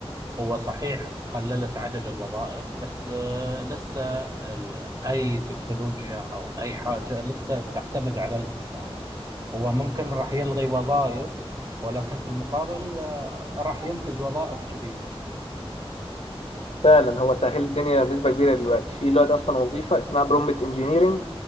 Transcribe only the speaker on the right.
هو صحيح قللت عدد الوظائف بس آه، لسه ال- أي تكنولوجيا أو أي حاجة لسه تعتمد على الإنسان هو ممكن راح يلغي وظائف ولكن في المقابل آه، راح ينتج وظائف جديدة